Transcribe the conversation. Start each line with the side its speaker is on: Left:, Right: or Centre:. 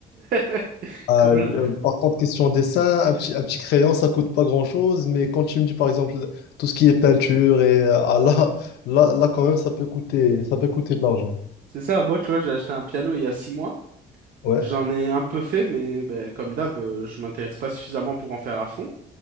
Right: <laughs>
Left: Ah,
Right: Comme
Left: euh,
Right: je-
Left: par contre, question dessin, un petit, un petit crayon, ça coûte pas grand-chose, mais quand tu me dis par exemple tout ce qui est peinture et euh, ah, là, là, là quand même ça peut coûter, ça peut coûter de l'argent.
Right: C'est ça, moi, tu vois, j'ai acheté un piano il y a six mois.
Left: Ouais,
Right: J'en ai un peu fait, mais ben, comme d'hab, euh, je m'intéresse pas suffisamment pour en faire à fond.